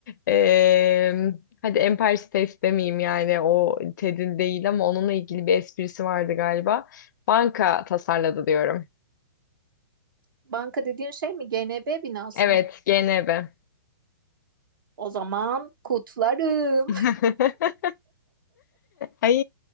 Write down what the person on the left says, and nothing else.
Ee, hadi Empire State demeyeyim yani o TED'in değil ama onunla ilgili bir esprisi vardı galiba. Banka tasarladı diyorum.
Evet,
GNB.
<laughs> Ay